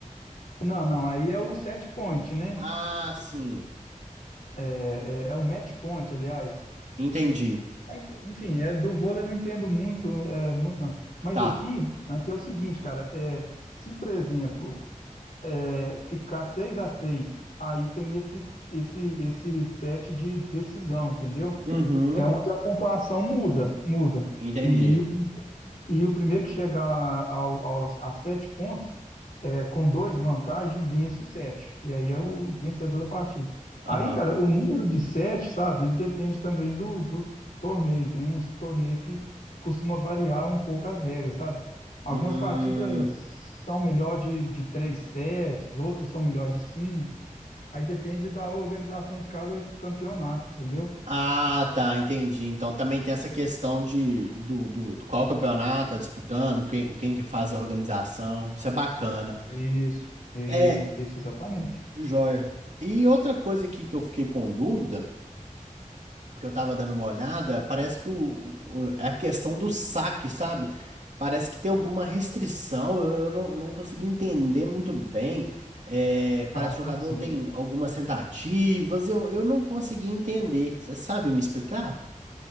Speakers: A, on the left; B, on the right.
A: Não, não, aí é o set point, né?
B: Ah, sim.
A: É, é, é o match point, aliás.
B: Entendi.
A: Ah, Enfim, enfim, é, do vôlei eu não entendo muito, é, muito não. Mas
B: Tá.
A: aqui, aqui é o seguinte, cara, é, se por exemplo é, ficar 6 a 6 aí tem esse esse esse set de decisão, entendeu?
B: Uhum.
A: É onde a pontuação muda, muda.
B: Entendi.
A: E, o e o primeiro que chegar ao- aos, a sete pontos, é, com dois de vantagem, vence o sete. E aí é o vencedor da partida.
B: Aham.
A: Aí, cara, o número de sete, sabe, ele depende também do, do torneio. Tem uns torneios que, que costuma variar um pouco as regras, sabe? Algumas
B: Hum.
A: partidas são melhor de, de três sets, outras são melhor de cinco. Aí depende da organização de cada campeonato, entendeu?
B: Ah, tá, entendi. Então também tem essa questão de do, do, do qual campeonato tá disputando, quem, quem que faz a organização. Isso é bacana.
A: Isso,
B: É,
A: isso, exatamente.
B: joia. E outra coisa aqui que eu fiquei com dúvida, que eu tava dando uma olhada, parece que o, o- o- é a questão do saque, sabe? Parece que tem alguma restrição, eu, eu não, não consegui entender muito bem. É, parece
A: Ah,
B: que o jogador
A: sim.
B: tem algumas tentativas, eu, eu não consegui entender. Você sabe me explicar?